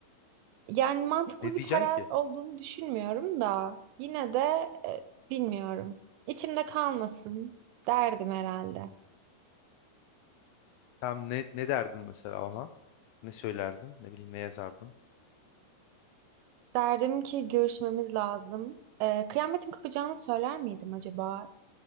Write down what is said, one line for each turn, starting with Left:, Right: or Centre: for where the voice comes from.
Right: Yani mantıklı
Left: Ne
Right: bir
Left: diyeceksin
Right: karar
Left: ki?
Right: olduğunu düşünmüyorum da yine de e, bilmiyorum. İçimde kalmasın derdim herhalde.
Left: Tam ne, ne derdin mesela ona? Ne söylerdin? Ne bileyim ne yazardın?
Right: Derdim ki görüşmemiz lazım. E, kıyametin kopacağını söyler miydim acaba?